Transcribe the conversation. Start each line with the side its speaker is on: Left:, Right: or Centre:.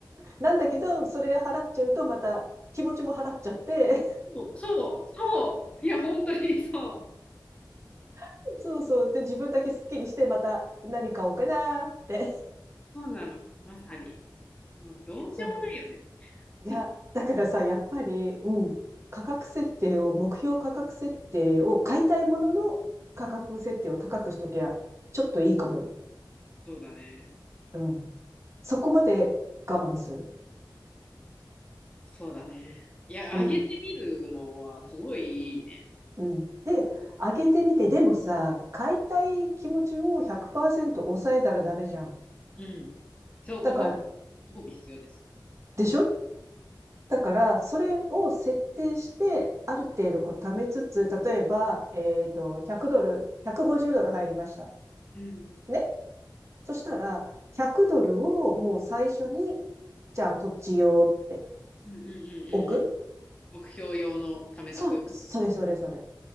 Right: なんだけど、それ払っちゃうとまた気持ちも払っちゃって、
Left: そう。そう、そう。いや、本当にそう。
Right: <laughs> そうそう。で、自分だけスッキリして、また何買おうかなって。
Left: そうなの。まさに。もうどうしようもないよね。
Right: そう。いや、
Left: <laughs>
Right: だからさ、やっぱり、うん、価格設定を、目標価格設定を買いたいものの価格設定を高くしときゃ、ちょっといいかもよ。
Left: そうだね。
Right: うん。そこまで我慢する。
Left: そうだね。いや、
Right: うん、
Left: あげてみるのはすごいいいね。
Right: うん。で、上げてみて、でもさ、買いたい気持ちを100%抑えたらダメじゃん。
Left: うん。そう、
Right: だから、
Left: ご褒美、ご褒美必要です。
Right: でしょだから、それを設定して、ある程度こう貯めつつ、例えば、えっと、100ドル、150ドル入りました。
Left: うん。
Right: ねそしたら、100ドルをもう最初に、じゃあこっちよって
Left: うんうんうんうんうん。
Right: 置く
Left: 目標用の貯めとく。
Right: それ、それそれそれ。